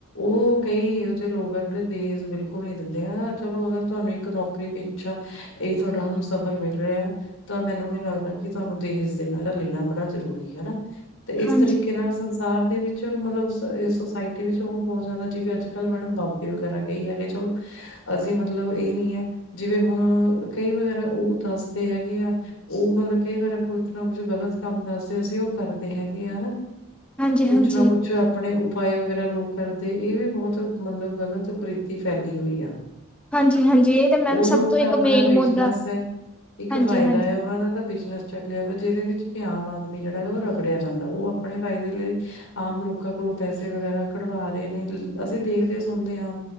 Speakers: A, on the left (about 80°); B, in the centre.
A: ਉਹ ਕਈ ਇਹੋ ਜਹੇ ਲੋਕ ਆ ਕ ਦਹੇਜ ਬਿਲਕੁਲ ਨਹੀਂ ਦਿੰਦੇ ਆ, ਚਲੋ ਅਗਰ ਤੁਹਾਨੂੰ ਇੱਕ ਨੌਕਰੀ ਪੇਛਾ ਏਹ ਤੁਹਾਡਾ ਹਮ ਸਫ਼ਰ ਮਿਲ ਰਯਾ ਤਾਂ ਮੈਨੂੰ ਵੀ ਲੱਗਦਾ ਕਿ ਤੁਹਾਨੂੰ ਦਹੇਜ ਦੇਣਾ ਯਾ ਲੇਣਾ ਬੜਾ ਜ਼ਰੂਰੀ ਐ ਹਨਾ। ਤੇ ਇਸ
B: ਹਾਂਜੀ
A: ਤਰੀਕੇ ਨਾਲ ਸੰਸ ਤੇ ਘਰ ਦੇ ਵਿੱਚ, ਮਤਲਬ ਸੋਸਾਇਟੀ ਵਿੱਚ ਹੋਰ ਬਹੁਤ ਜਾਦਾ ਜਿਵੇਂ ਅੱਜ -ਕੱਲ ਮੈਨ ਬਾਬੇ ਵਗੈਰਾ ਕਹੀ ਜਾਨਗੇ ਚਲੋ ਅਸੀ ਮਤਲਬ ਏਹ ਨੀ ਹੈ, ਜਿਵੇਂ ਹੁਣ ਕਈ ਵਗੈਰਾ ਉਹ ਦੱਸਦੇ ਹੈਗੇ ਆ। ਉਹ ਮਤਲਬ ਕਈ ਵਾਰ ਕੁਛ ਨਾ ਕੁਛ ਗ਼ਲਤ ਕੰਮ ਦੱਸਦੇ ਸੀ ਉਹ। ਕਰਦੇ ਹੈਗੇ ਆ ਨਾ,
B: ਹਾਂਜੀ
A: ਕੁਛ
B: ਹਾਂਜੀ
A: ਨਾ ਕੁਛ। ਆਪਣੇ ਉਪਾਯ ਵਗੈਰਾ ਲੋਕ ਕਰਦੇ ਇਹ ਵੀ ਬਹੁਤ ਮਤਲਬ, ਗਲਤ ਕਰੀਤੀ ਫੈਲੀ ਹੋਈ ਆ।
B: ਹਾਂਜੀ ਹਾਂਜੀ ਇਹ ਤਾਂ ਮੈਮ
A: ਉਹ ਲੋਕ
B: ਸਭ ਤੋਂ
A: ਤਾਂ
B: ਇੱਕ
A: ਆਪਣਾ
B: ਮੇਨ
A: ਬਿਜਨਸ
B: ਮੁੱਦਾ
A: ਹੈ। ਇੱਕ
B: ਹਾਂਜੀ
A: ਫਾਯਦਾ
B: ਹਾਂਜੀ
A: ਐ, ਉਨਾ ਦਾ ਤਾਂ ਬਿਜਨਸ ਚੱਲਆ ਵਾ ਜਿਦੇ ਵਿੱਚ ਕਿ ਆਮ ਆਦਮੀ ਜਾ। ਉਹ ਰਗੜਆ ਜਾਂਦਾ ਉਹ ਅਪਣੇ ਫਾਯਦੇ ਲਈ ਆਮ ਲੋਕਾਂ ਕੋਲੋਂ ਪੈਸੇ ਵਗੈਰਾ ਕਢਵਾ ਰੇ ਨੇ, ਅਸੀਂ ਦੇਖਦੇ ਸੁਣਦੇ ਆਂ।